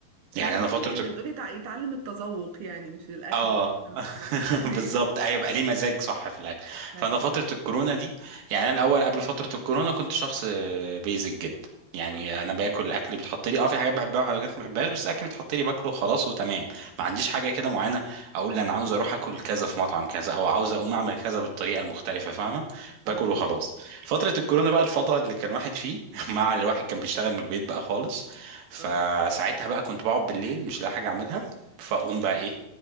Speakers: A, on the right; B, on the right.
A: اللي
B: يعني
A: هو كنت
B: أنا فترة
A: زي ما بتقولي يتع- يتعلم التذوق يعني مش الأكل
B: اه
A: كده. آه.
B: <laughs>
A: أيوه
B: بالظبط ايوه بقى ليه مزاج صح في الاكل
A: أيوه
B: فانا فتره الكورونا دي يعني انا الاول قبل فتره الكورونا كنت شخص بيزك جدا يعني
A: اه
B: انا باكل الاكل اللي بيتحط لي اه في حاجات بحبها وحاجات ما بحبهاش بس الاكل اللي بيتحط لي باكله خلاص وتمام ما عنديش حاجه كده معينه اقول انا عاوز اروح اكل كذا في مطعم كذا او عاوز اقوم اعمل كذا بالطريقه المختلفه فاهمه
A: اه
B: باكل وخلاص فتره الكورونا بقى الفضاء اللي كان واحد فيه <laughs> مع الواحد كان بيشتغل من البيت بقى خالص فساعتها
A: اه
B: بقى كنت بقعد بالليل مش لاقي حاجه اعملها فاقوم بقى ايه